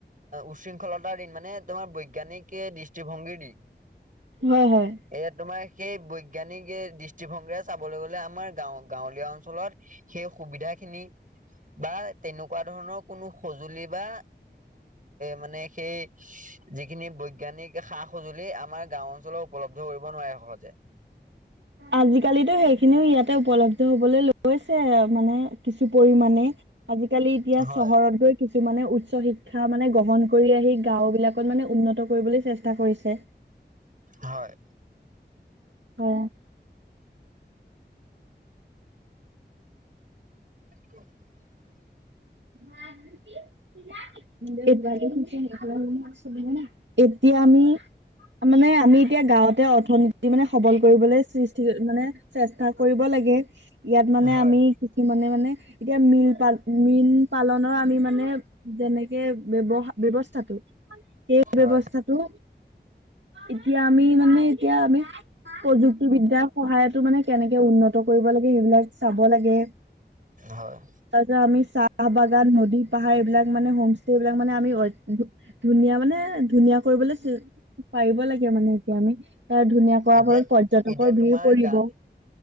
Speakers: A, on the right (about 45°); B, on the right (about 85°).
A: উশৃংখলতাৰ দিন মানে তোমাৰ বৈগ বজ্ঞানিকে দৃষ্টিভংগী দি
B: হয় হয়।
A: এ তোমাৰ সেই বজ্ঞা জ্ঞান দৃষ্টিভংগীৰে চাবলৈ গলে আমাৰ গ গাঁৱলীয়া অনচলত সেই সুবিধা খিনি বা তেনেকুৱা ধৰণৰ কোনো সজুলি বা মানে সেই যিখিন বজ্ঞানিক সা সঁজুলি আমাৰ গাওঁ অঞ্চলত উপলব্ধ কৰিব নোৱাৰে সহজে।
B: আজিকালিতো সেইখিনিও ইয়াতে উপলব্ধ হবলৈ লৈছে মানে কিছু পৰিামানে আজিকালি এতিয়া
A: হয়
B: চহৰত গৈ কিছুমানে উচ্চ শিক্ষা মানে গ্ৰহণ কৰি আহ আহি গাওঁ বিলাকত মানে উন্নত কৰিবলৈ চেষ্টা কৰিছে।
A: হয়।
B: অ।
A: <inaudible>
B: খু ভাল ম আ। এতিয়া আমি মানে আমি এতিয়া গাঁৱতে অৰ্থনীতি য মানে সবল কৰিবলৈ সৃষ্টি মানে চেষ্টা কৰিব লাগে। ইয়াত মানে
A: হয়
B: আমি কিছু মানে মানে এতিয়া মিল পাল মিল পালনৰ আমি মানে যেনেকে বৱ ব্যৱস্থাটো সেই ব্যৱস্থাটো
A: হয়
B: এতিয়া আমি মানে এতিয়া আমি প্ৰযুক্তিবিদ্যাৰ সহায়ত ত আমি মানে কেনেকে উন্নত কৰিব লাগে সেইবিলাক চাব লাগে,
A: হয়
B: তাৰপিছত আমি চা টো চাহ বাগান নদী পাহাৰ এইবিলাক মানে হোম ষ্টে এইবিলাক মানে আমি ধুনীয়া মানে ধুনীয়া কৰিবলৈ চি পাৰিব লাগে মানে এতিয়া আমি এ ধুনীয়া কৰ
A: এতিয়া
B: ফলত পৰ্যটকৰ
A: এতিয়া তোমাৰ
B: ভিৰ পৰিব।
A: গা